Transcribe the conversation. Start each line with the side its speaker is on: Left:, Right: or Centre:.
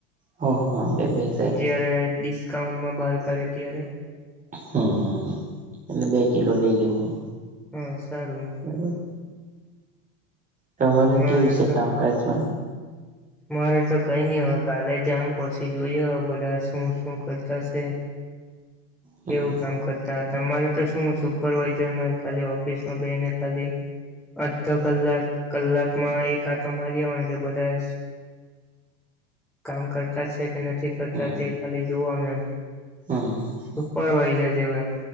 Right: હ હા બે બે સેટ
Centre: જયારે ડિસ્કાઉન્ટમાં બહાર કાઢે ત્યારે
Right: હમ હમ એટલે બે કિલો લઈ લેવ હું
Centre: હા સારું
Right: બરોબર તમારે
Centre: મારે
Right: કેવું છે
Centre: તો
Right: કામકાજમાં
Centre: મારે તો કઈ નહી હવે કાલે જામ પછી જોઈએ હવે બધા શું શું કરતા સે
Right: હમ
Centre: એવું કામ કરતા હતા તમારે તો શું સુપરવાઈઝરમાં ખાલી ઓફિસમાં બેહી ને ખાલી અડધો કલાક કલાકમાં એક આતો મારી આવનો કે બધા કામ કરતા છે કે નથી કરતા
Right: હમ
Centre: તે ખાલી જોવાનું એમ
Right: હમ
Centre: સુરવાઈઝ જેવું એમ